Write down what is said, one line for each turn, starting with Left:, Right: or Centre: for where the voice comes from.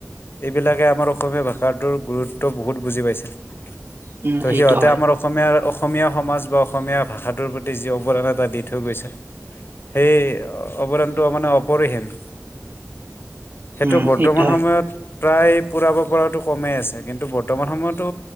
Left: এইবিলাকে আমাৰ অসমীয়া ভাষাত তোৰ গুৰুত্ব বহুত বুজি পাইছে ত'
Right: উম সেইটো
Left: সিহঁতে
Right: হয়
Left: আমাৰ অসমীয়াৰ অসমীয়া সমাজ বা অসমীয়া ভাষাটোৰ প্ৰতি যি অৱদান এটা দি থৈ গৈছে সেই অৱদানটো মানে অপৰিহীম সেইটো
Right: উম
Left: বৰ্তমান
Right: হয়
Left: সময়ত প্ৰায় পূৰাব পৰাটো কমে আছে কিন্তু বৰ্তমান সময়তো